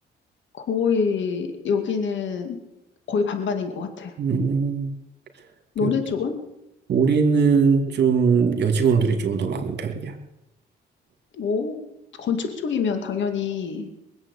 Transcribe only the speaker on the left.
거의 여기는 거의 반반인 것 같아.
너네
쪽은?
오, 건축 쪽이면 당연히